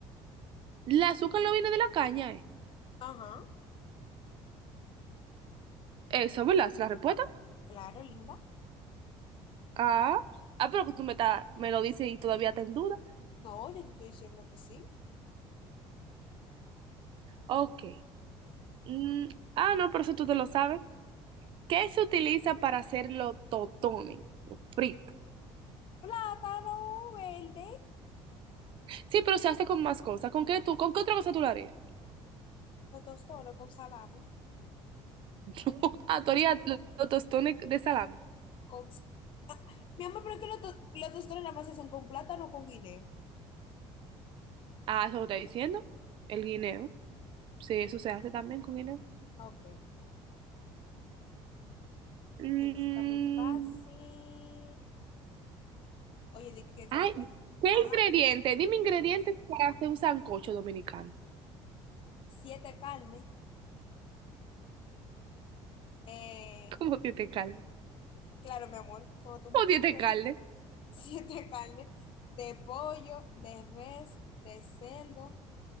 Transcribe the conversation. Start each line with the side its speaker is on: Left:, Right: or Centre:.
Right: La azúcar no viene de la caña, ¿eh?
Left: Ajá.
Right: Eso, ¿verdad? ¿Es la respuesta?
Left: Claro, linda.
Right: Ah, ah, pero que tú me, ta- me lo dices y todavía está en duda.
Left: No, yo te estoy diciendo que sí.
Right: Ok. Mm, ah, no, pero eso tú te lo sabes. ¿Qué se utiliza para hacer los totones? Los fritos.
Left: Plátano verde.
Right: Sí, pero se hace con más cosas. ¿Con qué tú, con qué otra cosa tú lo harías?
Left: Los tostones con salami.
Right: <laughs> No, Ah, tú harías los tostones de salami.
Left: Con... Ah, <laughs> mi amor, pero es que los, to- los tostones nada más se hacen con plátano o con guineo.
Right: Ah, eso lo está diciendo. El guineo. Sí, eso se hace también con guineo.
Left: Ah, Ok.
Right: Mm,
Left: Ay, no está muy fácil. Oye, de que
Right: ay,
Left: con qué,
Right: ¿qué
Left: ajá,
Right: ingrediente? Dime ingredientes para hacer un sancocho dominicano.
Left: siete carnes. Eh,
Right: <laughs> ¿Cómo tiene carne?
Left: claro, mi amor, cuando tú
Right: ¿Cómo
Left: me compras
Right: tiene carne?
Left: <laughs> siete carnes de pollo, de res, de cerdo,